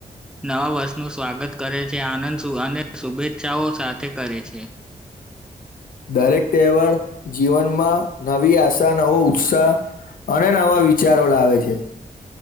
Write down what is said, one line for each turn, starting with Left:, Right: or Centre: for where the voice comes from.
Centre: નવા વર્ષનું સ્વાગત કરે છે આનંદ અને શુભેચ્છાઓ સાથે કરે છે.
Left: દરેક તહેવાર જીવનમાં નવી આશા, નવો ઉત્સાહ, અને નવા વિચારો લાવે છે.